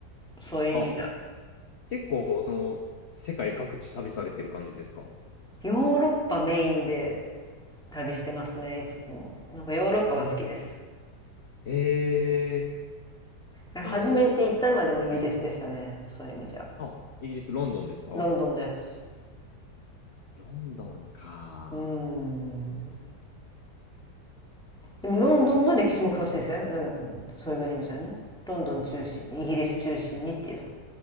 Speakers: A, in the centre; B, on the left.
A: そういう意味じゃ
B: あ、結構その世界各地旅されてる感じですか
A: ヨーロッパメインで旅してますねいつもなんかヨーロッパが好きです
B: なるほど。え
A: 初めて行ったのはでもイギリスでしたねそういう意味じゃ
B: ー、その、はい。あ、イギリス、ロンドンですか
A: ロンドンです
B: ロンドンか。
A: うーんでもロンドンの歴史も詳しいんですよねなんだそういう意味じゃねロンドン中心イギリス中心にっていう
B: なんかこう